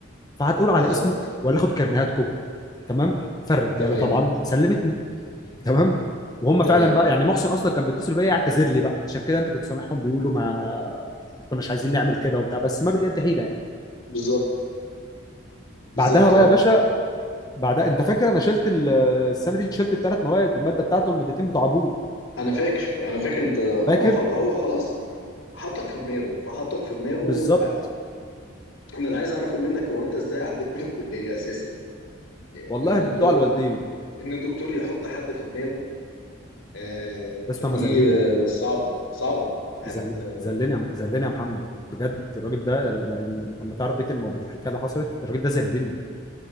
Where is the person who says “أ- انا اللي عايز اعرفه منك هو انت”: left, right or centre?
Left